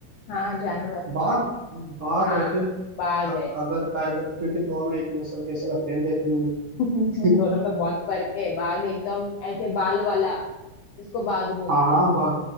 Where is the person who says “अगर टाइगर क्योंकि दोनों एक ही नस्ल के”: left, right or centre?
Right